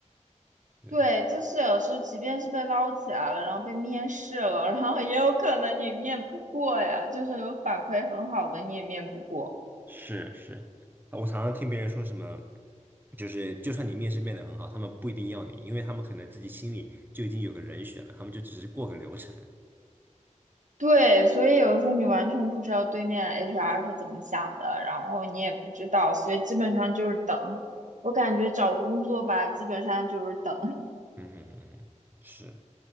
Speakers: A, on the right; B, on the right.
A: <laughs>
B: 对。
A: 对，就是有时候即便是被捞起来了，然后被面试了，然后也有可能你面不过呀，就是有反馈很好的你也面不过。
B: 是是，呃我常常听别人说什么，就是就算你面试面的很好，他们不一定要你，因为他们可能自己心里就已经有个人选了，他们就只是过个流程。
A: 对，所以有时候你完全不知道对面 HR 是怎么想的，然后你也不知道，所以基本上就是等。我感觉找工作吧，基本上就是等。
B: 嗯哼嗯哼，是，